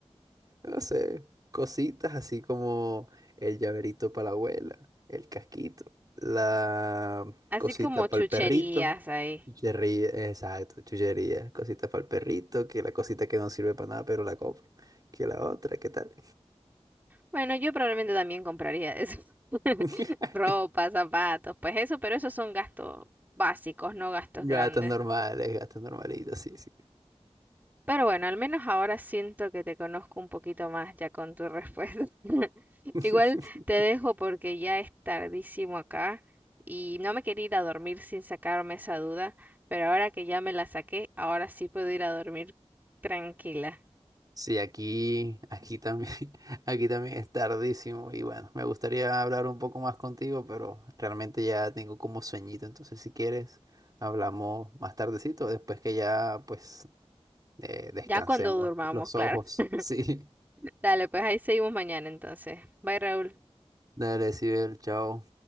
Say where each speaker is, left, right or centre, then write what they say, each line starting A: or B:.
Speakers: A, on the right; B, on the right.
A: no sé, cositas así como el llaverito para la abuela, el casquito, la
B: así
A: cosita
B: como chucherías
A: para el perrito,
B: ahí.
A: chuchería, exacto, chuchería, cosita para el perrito, que la cosita que no sirve para nada, pero la compro, que la otra, ¿qué tal?
B: Bueno, yo probablemente también compraría eso. <laughs>
A: <laughs>
B: Ropa, zapatos, pues eso, pero esos son gastos básicos, no gastos
A: Gatos
B: grandes.
A: normales, gatos normalitos, sí, sí.
B: Pero bueno, al menos ahora siento que te conozco un poquito más ya con tu respuesta. <laughs>
A: <laughs>
B: Igual te dejo porque ya es tardísimo acá y no me quería ir a dormir sin sacarme esa duda, pero ahora que ya me la saqué, ahora sí puedo ir a dormir tranquila.
A: Sí, aquí, aquí también, <laughs> aquí también es tardísimo y bueno, me gustaría hablar un poco más contigo, pero realmente ya tengo como sueñito, entonces si quieres hablamos más tardecito, después que ya pues eh, descansemos
B: Ya cuando durmamos,
A: los
B: claro.
A: ojos.
B: <laughs>
A: <laughs> Sí,
B: Dale, pues ahí seguimos mañana entonces. Bye, Raúl.
A: dale, Sibel, chao.